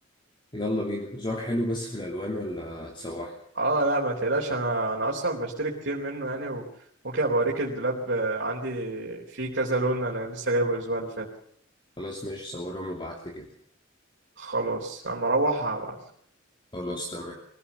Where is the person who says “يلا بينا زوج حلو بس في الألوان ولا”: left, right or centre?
Left